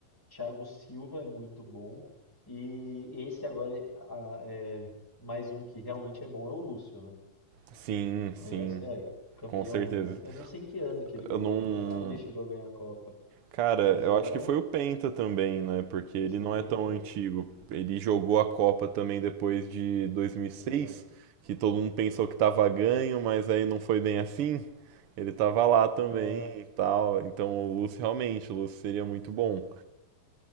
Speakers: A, in the centre; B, on the right.
A: Thiago Silva é muito bom e esse agora é, a- é mais um que realmente é bom é o Lúcio, né?
B: Sim,
A: Conhece?
B: sim,
A: É campeão.
B: com certeza.
A: não- eu não sei em que ano que ele ganhou,
B: Eu não,
A: a- o- a- ele chegou a ganhar a Copa,
B: Cara,
A: mas
B: eu
A: era
B: acho que
A: um
B: foi o Penta também, né? Porque ele
A: Foi
B: não
A: o Penta?
B: é tão antigo. Ele jogou a Copa também depois de 2006,
A: Puta, cara.
B: que todo mundo pensou que tava ganho, mas aí não foi bem assim. Ele tava lá também
A: Ah,
B: e tal. Então o Lúcio realmente, o Lúcio seria muito bom.